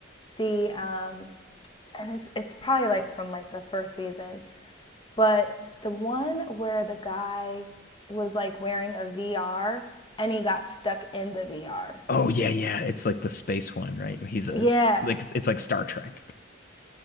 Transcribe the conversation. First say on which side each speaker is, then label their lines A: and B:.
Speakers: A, on the left; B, on the left.
A: the, um, and it's it's probably like from like the first season, but the one where the guy was like wearing a VR and he got stuck in the VR.
B: Oh yeah, yeah. It's like the space one, right? He's a
A: Yeah,
B: like it's it's like Star Trek.